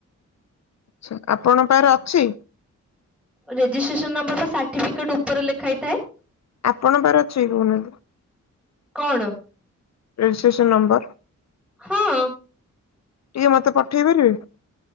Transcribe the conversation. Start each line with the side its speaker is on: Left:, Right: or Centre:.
Left: ଛା ଆପଣଙ୍କ ପାଖରେ ଅଛି?
Centre: ରେଜିଷ୍ଟ୍ରେସନ ନମ୍ବର ବା ସର୍ଟିଫିକେଟ ଉପରେ ଲେଖା ହେଇଥାଏ।
Left: ଆପଣଙ୍କ ପାଖରେ ଅଛି କି କହୁନାହାନ୍ତି?
Centre: କଣ?
Left: Registration number.
Centre: ହଁ।
Left: ଟିକେ ମତେ ପଠେଇ ପାରିବେ।